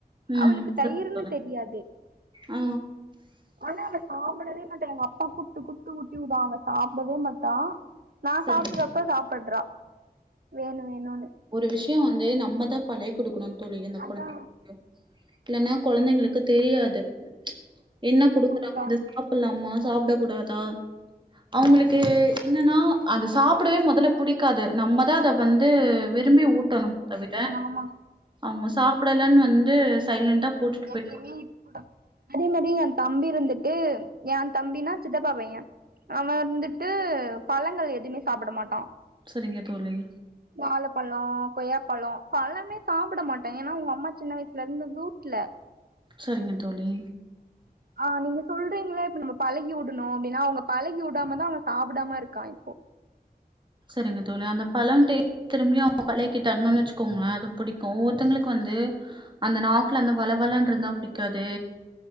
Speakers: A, on the right; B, on the right.
A: ம்
B: அவளுக்கு
A: சரிங்க
B: தயர்ன்னு
A: தோழி
B: தெரியாது
A: ஆ
B: ஆனா அவ சாப்பிடவே ட்ட எங்க அப்பா கூப்பிட்டு கூப்பிட்டு ஊட்டி விடும் அவ சாப்பிடவே மாட்டா நான்
A: சரிங்க
B: சாப்ட்றப்ப
A: தோழி.
B: சாப்படுறா வேணும் வேணும்னு
A: ஒரு விஷயோ வந்து நம்ம தான் பழைய கொடுக்கணும் தோழி அந்த
B: அதா
A: கொழந்தைகளுக்கு இல்லன்னா குழந்தைங்களுக்கு தெரியாது என்ன
B: ஆமாங்க்கா
A: குடுக்குறாங்க இத சாப்பிட்லாமா சாப்ட கூடாதா அவங்களுக்கு என்னன்னா அதை சாப்பிடவே முதல்ல பிடிக்காது நம்மதான் அத வந்து வெறு திரும்பி ஊட்டணும் தவிர
B: ஆமா
A: அவங்க சா சாப்பிடலனு வந்து சைலண்டா போட்டுட்டு
B: <unintelligible>
A: போயிட்டு
B: அதே மாதிரி என் தம்பி இருந்துட்டு என் தம்பினா சித்தப்பா பையன் அவன் வந்துட்டு பழங்கள் எதுவுமே சாப்பிட மாட்டான்
A: சரிங்க தோழின்
B: வாழப்பழம் கொய்யாப்பழம் பழமே சாப்பிடமாட்டேன் ஏன்னா உன் அம்மா சின்ன வயசுல இருந்தது இல்ல
A: சரிங்க தோழி
B: ஆஹ் நீங்க சொல்றீங்கல இப்ப நம்ம பழக்கி விடணும் அப்படின்னா அவங்க பழக்கி விடாமதான் அவன் சாப்பிடாம இருக்கான் இப்போ
A: சரிங்க தோழி அந்த பழம்ட்டு திரும்பியும் அவங்க பழக்கிட்டாங்கன்னு வச்சுக்கோங்களேன் அது பிடிக்கும் ஒவ்வொருத்தவங்களுக்கு வந்து அந்த நாக்குல அந்த வள வளன்ற இருந்தா பிடிக்காது